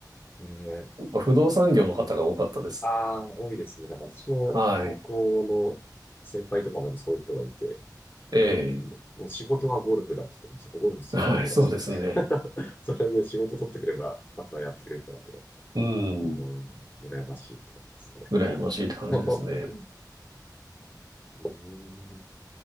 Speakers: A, on the left; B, on the right.
A: ねえ、
B: やっぱ不動産業の方が多かったです。
A: ああ、多いですね。なんか私の高校の先輩とかもそういう人がいて、
B: はい。ええ。
A: うん、もう仕事はゴルフだって言ってましたけど、ゴルフすることが仕事。
B: はい、そうですね。
A: <laughs> それで仕事取ってくれば、あとはやってくれるからと、
B: うん。
A: あの、羨ましいって感じですよね。
B: 羨ましいって感じですね。
A: <laughs> うん